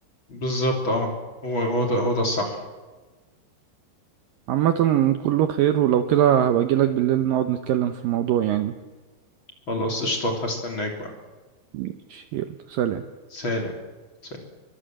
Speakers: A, on the left; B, on the right.
A: بالظبط اه هو هو ده هو ده الصح
B: عامة كله خير ولو كده هبقى اجيلك بالليل نقعد نتكلم في الموضوع يعني
A: خلاص قشطات هستناك بقى
B: ماشي، يلا سلام
A: سلام سلام.